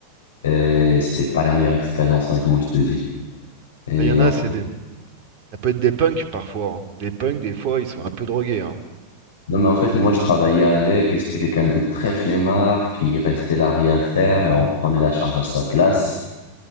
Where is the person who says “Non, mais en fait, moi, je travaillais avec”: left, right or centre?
Left